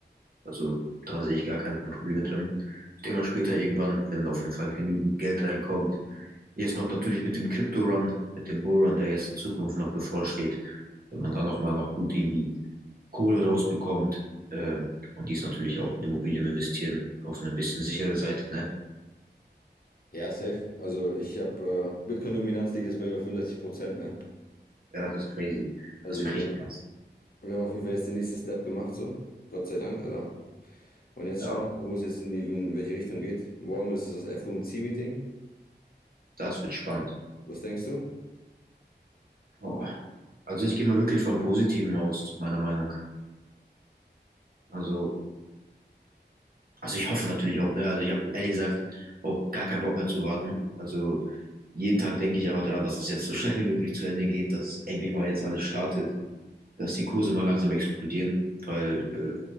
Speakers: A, on the right (about 55°); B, on the left (about 55°).
A: Also da sehe ich gar keine Probleme drin. Ich denke mal später irgendwann, wenn auf jeden Fall genügend Geld reinkommt. Jetzt noch natürlich mit dem Crypto-Run, mit dem Bull-Run, der jetzt in Zukunft noch bevorsteht. Wenn man da nochmal noch gut irgendwie Kohle rausbekommt, ähm, kann man dies natürlich auch in Immobilien investieren, auf eine bisschen sichere Seite, ne?
B: Ja, safe. Also ich habe, äh, Bitcoin-Dominanz liegt jetzt bei über 65 Prozent, ne?
A: Ja, das ist crazy.
B: Also
A: Das ist wirklich
B: wir,
A: krass.
B: wir haben auf jeden Fall jetzt den nächsten Step gemacht, so. Gott sei Dank, Alter. Und jetzt
A: Ja,
B: schauen wir, wo es jetzt in, die, in welche Richtung geht. Morgen ist es das FOMC-Meeting.
A: das wird spannend.
B: Was denkst du?
A: Boah. Also ich gehe mal wirklich vom Positiven aus, meiner Meinung. Also, also ich hoffe natürlich auch, ne? Also ich habe ehrlich gesagt auch gar keinen Bock mehr zu warten. Also jeden Tag denke ich einfach daran, dass es jetzt so <laughs> schnell wie möglich zu Ende geht, dass endlich mal jetzt alles startet, dass die Kurse mal langsam explodieren, weil äh,